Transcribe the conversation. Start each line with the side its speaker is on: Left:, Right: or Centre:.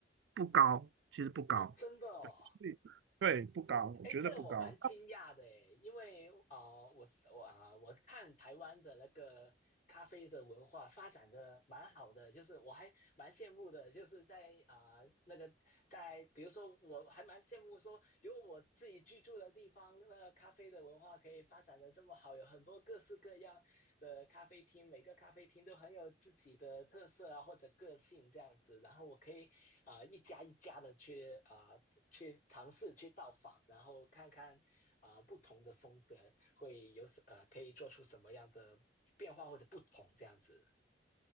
Right: 不高，其实不高。
Left: 哦，真的哦，
Right: 对，所以对，不高，我觉得不高。
Left: 哎，这我蛮惊讶的诶，因为啊、呃我我啊、我看台湾的那个咖啡的文化发展的蛮好的，就是我还蛮羡慕的，就是在啊、那个在，比如说我还蛮羡慕说，有我自己居住的地方，那个咖啡的文化可以发展的这么好，有很多各式各样的咖啡厅，每个咖啡厅都很有自己的特色啊，或者个性这样子。然后我可以啊、呃一家一家的去啊、呃去尝试去到访，然后看看啊、呃不同的风格会有什呃可以做出什么样的变化或者不同这样子。